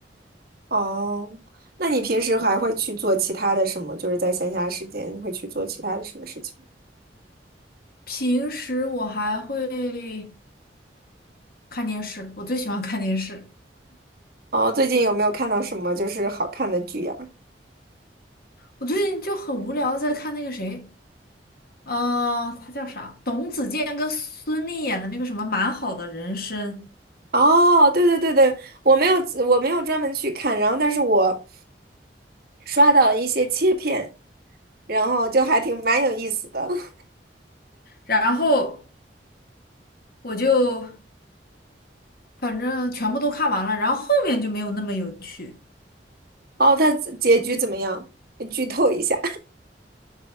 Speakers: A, on the right (about 60°); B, on the left (about 60°).
A: 哦，那你平时还会去做其他的什么？就是在闲暇时间会去做其他的什么事情？
B: 平时我还会看电视，我最喜欢看电视。
A: 哦，最近有没有看到什么就是好看的剧呀？
B: 我最近就很无聊的在看那个谁，呃，他叫啥？董子健跟孙俪演的那个什么《蛮好的人生》，
A: 哦，对对对对，我没有我没有专门去看，然后但是我刷到一些切片，然后就还挺蛮有意思的。<laughs>
B: 然后我就反正全部都看完了，然后后面就没有那么有趣。
A: 哦，他结局怎么样？剧透一下，